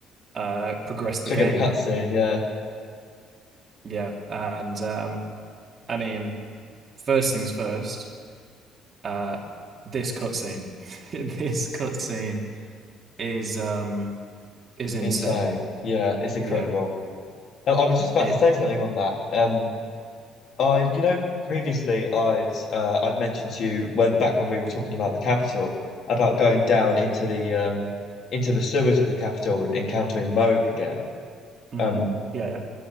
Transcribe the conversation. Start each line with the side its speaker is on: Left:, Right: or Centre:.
Right: uh, progress the
Left: Trigger
Right: game.
Left: the cutscene, yeah,
Right: Yeah, and um, I mean, first things first, uh, this cutscene, <laughs> this cutscene is um is insane.
Left: insane, yeah, it's incredible.
Right: Yeah,
Left: I, I was just about
Right: it.
Left: to say something on that. Um, I, you know, previously I'd uh, I'd mentioned to you when back when we were talking about the capital about going down into the um into the sewers of the capital and encountering Moog again.
Right: hmm
Left: Um,
Right: yeah, yeah.